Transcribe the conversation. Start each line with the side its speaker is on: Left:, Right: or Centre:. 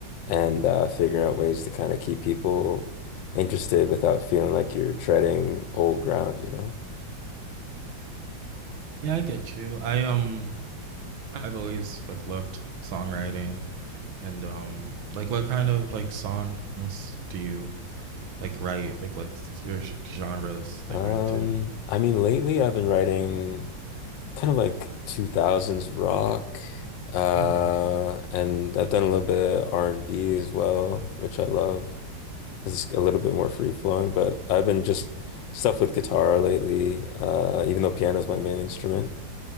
Left: and uh, figuring out ways to kind of keep people interested without feeling like you're treading old ground, you know?
Right: Yeah, I get you. I um, I've always like loved songwriting and um, like what kind of like songs do you like write like what's your genres that
Left: Um,
Right: you're into
Left: I mean, lately I've been writing kind of like 2000s rock, uh,
Right: oh
Left: and I've done a little bit of R&B as well, which I love because it's a little bit more free flowing. But I've been just stuff with guitar lately, uh, even though piano is my main instrument.